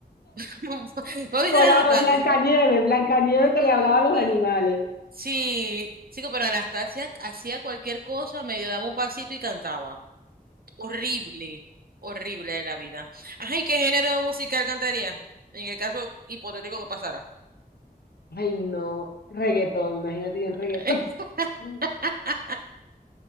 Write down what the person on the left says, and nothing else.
O
la
o Blancanieves, Blancanieves
que le hablaba a los
animales.
Ay, no, reggaetón, imagínate yo en
reggaetón. <laughs>